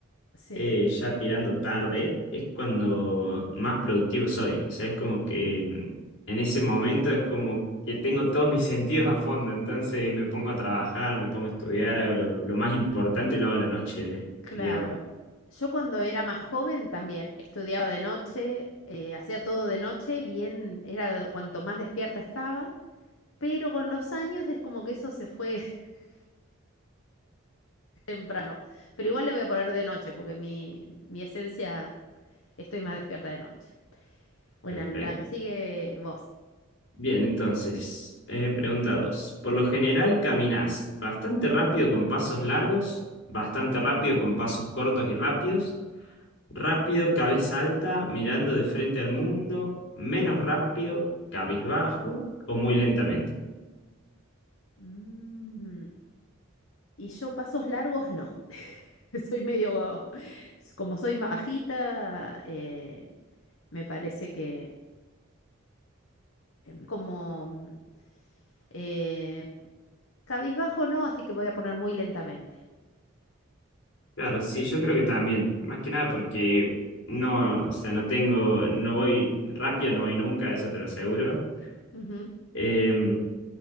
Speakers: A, on the left; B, on the left.
A: Sí,
B: eh, ya tirando tarde, es cuando más productivo soy. O sea, es como que mm, en ese momento es como que tengo todos mis <laughs> sentidos a fondo. Entonces me pongo a trabajar, me pongo a estudiar, hago lo, lo más importante, lo hago a la noche,
A: claro.
B: digamos.
A: Yo cuando era más joven también estudiaba de noche, eh, hacía todo de noche, bien, era cuanto más despierta estaba, pero con los años es como que eso se fue <laughs> temprano. Pero igual le voy a poner de noche porque mi, mi esencia estoy más despierta de noche. Bueno,
B: Perfecto.
A: la que sigue vos.
B: Bien, entonces, eh, pregunta dos Por lo general, ¿caminás bastante rápido con pasos largos, bastante rápido con pasos cortos y rápidos, rápido, cabeza alta, mirando de frente al mundo, menos rápido, cabizbajo o muy lentamente?
A: Mm, Y yo pasos largos no. <laughs> Soy medio, como soy más bajita, eh, me parece que em, como mm, eh, cabizbajo no, así que voy a poner muy lentamente.
B: Claro, sí, yo creo que también, más que nada porque no, o sea, no tengo, no voy rápido, no voy nunca, eso te lo aseguro.
A: Ujú,
B: Em,